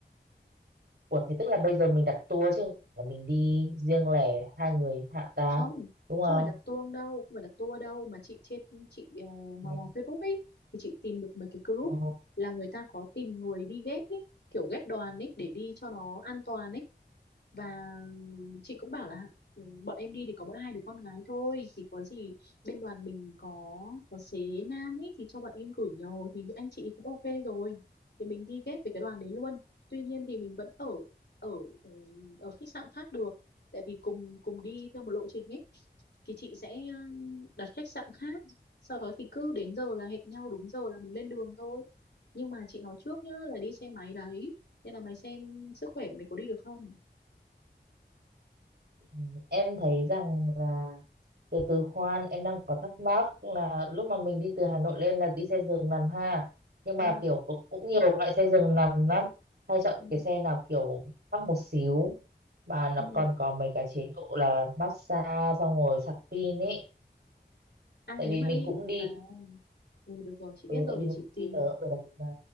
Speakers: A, on the right; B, on the left.
A: Ủa thế tức là bây giờ mình đặt tour chứ. không phải Là mình đi riêng lẻ hai người hạ ta.
B: không
A: Đúng
B: không
A: không?
B: phải đặt tour đâu không phải đặt tour đâu mà chị trên chị uh, mò
A: Ừ.
B: mò Facebook ấy thì chị tìm được mấy cái group
A: Ừ.
B: là người ta có tìm người đi ghép ấy kiểu ghép đoàn ấy để đi cho nó an toàn ấy và chị cũng bảo là "Ừ, bọn em đi thì có mỗi hai đứa con gái thôi thì có gì bên đoàn mình có có xế nam ấy thì cho bọn em gửi nhờ thì anh chị cũng ok rồi thì mình đi ghép với cái đoàn đấy luôn tuy nhiên thì mình vẫn ở ở ừ, ở khách sạn khác được tại vì cùng cùng đi theo một lộ trình ấy thì chị sẽ ừ, đặt khách sạn khác sau đó thì cứ đến giờ là hẹn nhau đúng giờ là mình lên đường thôi nhưng mà chị nói trước nhá là đi xe máy đấy nên là mày xem sức khỏe mày có đi được không
A: ừ. Em thấy rằng là từ từ khoan em đang có thắc mắc là lúc mà mình đi từ Hà Nội lên là đi xe giường nằm ha nhưng
B: Ừ.
A: mà kiểu cũng, cũng nhiều loại xe giường nằm lắm hay chọn
B: Ừ.
A: cái xe nào kiểu mắc một xíu mà nó
B: Ừ.
A: còn có mấy cái chế độ là massage xong rồi sạc pin ấy
B: À
A: tại
B: nếu
A: vì
B: mà
A: mình
B: đi
A: cũng đi
B: à ừ, được rồi chị
A: ừ
B: biết rồi
A: tại
B: để
A: vì mình
B: chị
A: cũng
B: tìm
A: đi tới được mà